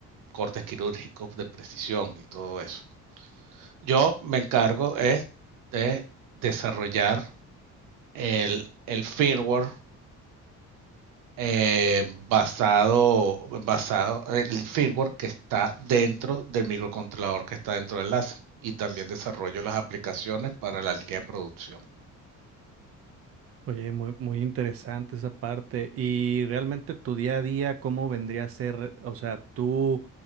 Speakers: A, on the right (about 85°); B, on the right (about 50°).
A: cortes quirúrgicos de precisión y todo eso. yo me encargo es de desarrollar el, el firmware eh, basado, basado, el firmware que está dentro del microcontrolador que está dentro del láser. Y también desarrollo las aplicaciones para la línea de producción.
B: Oye, muy, muy interesante esa parte. Y realmente tu día a día, ¿cómo vendría a ser? O sea, tú